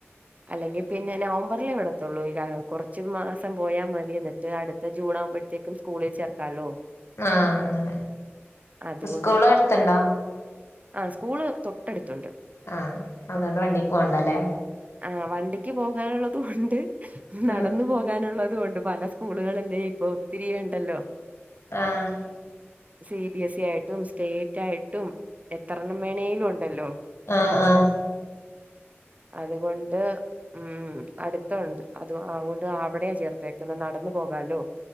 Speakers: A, on the right (about 35°); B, on the left (about 70°).
A: അല്ലെങ്കിൽ പിന്നെ നവംബറിലെ വിടത്തുള്ളൂ കുറച്ച്മാസം പോയാൽ മതി എന്നിട്ട് അടുത്ത് ത്ത ജൂൺ ആകുമ്പോഴത്തേക്കും സ്കൂളിൽ ചേർക്കാലോ
B: ആഹ അങ്ങനെ
A: അതുകൊണ്ട്
B: സ്കൂള് അടുത്ത്ണ്ടോ
A: ആ സ്കൂള് തൊട്ടടുത്തുണ്ട്
B: ആഹ് അതുകൊണ്ട് വണ്ടിക്ക് പോകണ്ടല്ലേ
A: അ- ആ വണ്ടിക്ക് പോകാനുള്ളത്കൊണ്ട് നടന്നു
B: ഉം
A: പോക കാനുള്ളതും ഉണ്ട് പല സ്കൂളുകളല്ലേ ഇപ്പൊ ഒത്തിരിയ ഉണ്ടല്ലോ
B: ആഹ്
A: സി ബി എസ് ഇ ആയിട്ടും സ്റ്റേറ്റ് ആയിട്ടും എത്രണ്ണം വേണെലും ഉണ്ടല്ലോ
B: ആഹ ആഹ
A: അതുകൊണ്ട് ഉം അടുത്ത ഉണ്ട് അത് അതുകൊണ്ട് അവിടെയാ ചേർത്തേക്കണെ നടന്നു പോകാലോ